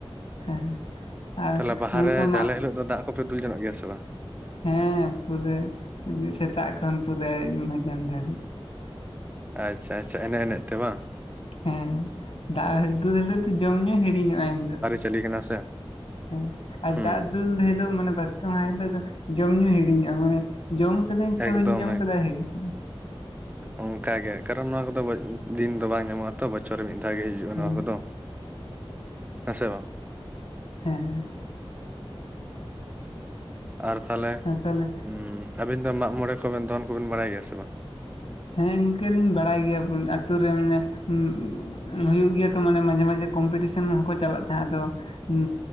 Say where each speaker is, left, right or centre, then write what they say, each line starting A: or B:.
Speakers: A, on the left; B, on the right.
A: ᱦᱮᱸ ᱟᱨ
B: ᱛᱟᱦᱚᱞᱮ ᱵᱟᱦᱟᱨᱮ
A: ᱱᱚᱝᱠᱟ ᱢᱟᱜ
B: ᱡᱟᱞᱮ ᱦᱤᱞᱳᱜ ᱫᱚ ᱫᱟᱜ ᱠᱚᱯᱮ ᱫᱩᱞ ᱡᱚᱧᱚᱜ ᱜᱮᱭᱟ ᱥᱮ ᱵᱟ?
A: ᱦᱮᱸ ᱯᱩᱨᱟᱹ ᱥᱮᱛᱟᱜ ᱠᱷᱚᱱ ᱯᱩᱨᱟᱹ ᱢᱟᱡᱟᱢ ᱫᱷᱟᱵᱤᱡ᱾
B: ᱟᱪᱪᱷᱟ ᱟᱪᱪᱷᱟ ᱮᱱᱮᱡ ᱮᱱᱮᱡ ᱛᱮ ᱵᱟᱝ᱾
A: ᱦᱮᱸ ᱫᱟᱜ ᱫᱩᱞ ᱦᱤᱞᱳᱜ ᱫᱚ ᱡᱚᱢ ᱧᱩ ᱦᱤᱲᱤᱧᱚᱜᱼᱟ ᱮᱱᱦᱤᱞᱳᱜ᱾
B: ᱪᱟᱞᱤ ᱠᱟᱱᱟ ᱥᱮ᱾
A: ᱦᱮᱸ ᱟᱨ
B: ᱦᱩᱸ
A: ᱫᱟᱜ ᱫᱩᱞ ᱦᱤᱞᱳᱜ ᱢᱟᱱᱮ ᱵᱟᱥᱠᱮ ᱢᱟᱦᱟ ᱦᱤᱞᱳᱜ ᱫᱚ ᱡᱚᱢ ᱧᱩ ᱦᱤᱲᱤᱧᱚᱜᱼᱟ ᱢᱟᱱᱮ ᱡᱚᱢ᱾ ᱡᱚᱢ ᱠᱮᱹᱫᱟᱹᱧ ᱥᱮ
B: ᱮᱠᱫᱚᱢ
A: ᱵᱟᱹᱧ ᱡᱚᱢ ᱠᱮᱫᱟ ᱦᱤᱲᱤᱧ᱾
B: ᱚᱱᱠᱟ ᱜᱮ, ᱠᱟᱨᱚᱱ ᱱᱚᱣᱟ ᱠᱚᱫᱚ ᱫᱤᱱ ᱫᱚ ᱵᱟᱝ ᱧᱟᱢᱚᱜ-ᱟ ᱛᱚ᱾ ᱵᱚᱪᱷᱚᱨ ᱨᱮ ᱢᱤᱫ ᱫᱷᱟᱣ ᱜᱮ ᱦᱤᱡᱩᱜᱼᱟ ᱱᱚᱣᱟ
A: ᱦᱮᱸ
B: ᱠᱚᱫᱚ ᱦᱮᱸ ᱥᱮ ᱵᱟᱝ?
A: ᱦᱮᱸ,
B: ᱟᱨ ᱛᱟᱦᱞᱮ
A: ᱟᱨ ᱛᱟᱦᱚᱞᱮ
B: ᱩᱸ ᱟᱵᱤᱱ ᱫᱚ ᱢᱟᱜ ᱢᱚᱬᱮᱸ ᱠᱚᱵᱤᱱ ᱫᱚᱱ ᱠᱚᱵᱤᱱ ᱵᱟᱲᱟᱭ ᱜᱮᱭᱟ ᱥᱮ ᱵᱟᱝ?
A: ᱦᱮᱸ ᱤᱱᱠᱟᱹ ᱫᱩᱧ ᱵᱟᱲᱟᱭ ᱜᱮᱭᱟ, ᱟᱛᱳ ᱨᱮ ᱢᱟᱱᱮ ᱩᱸ᱾ ᱦᱩᱭᱩᱜ ᱜᱮᱭᱟ ᱛᱚ ᱢᱟᱱᱮ ᱢᱟᱡᱷᱮ ᱢᱟᱡᱷᱮ ᱠᱚᱢᱯᱤᱴᱤᱥᱮᱱ ᱦᱚᱸᱠᱚ ᱪᱟᱞᱟᱜ ᱛᱟᱦᱮᱸᱜ ᱟᱫᱚ᱾ ᱩᱢ